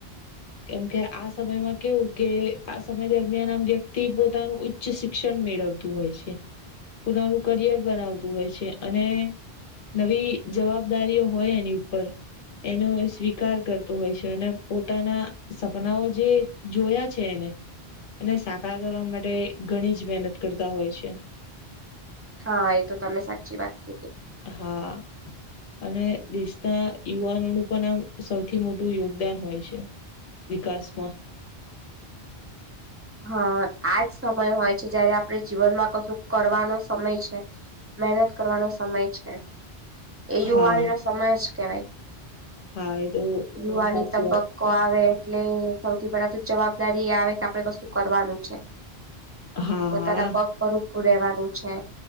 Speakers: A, on the left; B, on the right.
A: કેમકે આ સમયમાં કેવું કે આ સમય દરમિયાન આમ વ્યક્તિ પોતાનું ઉચ્ચ શિક્ષણ મેળવા હોય પોતાનું કરિયર બનાવતું હોય છે અને નવી જવાબદારીઓ હોય એની ઉપર એનો સ્વીકાર સ્વીકાર કરતો હોય છે અને પોતાના સપનાઓ જે જોયા છે એને એને સાકાર કરવા માટે ઘણી જ મહેનત કરતા હોય છે
B: હા એ તો તમે સાચી વાત કીધી
A: હા અને દેશના યુવાનોનું પણ આમ સૌથી મોટું યોગદાન હોય છે વિકાસમાં
B: હા આજ સમય હોય છે જયારે આપણે જીવનમાં કશું કરવાનો સમય છે મહેનત કરવાનો સમય છે એ યુવાનીનો
A: હા
B: સમય જ કેવાય
A: હા એ તો
B: યુવાની
A: સાચી
B: તબક્કો
A: વાત છે
B: આવે એટલે સૌથી પેલા તો જવાબદારી આવે કે આપડે કશું કરવાનું છે.
A: હા
B: પોતાના પગ પર ઊભું રહેેવાનું છે.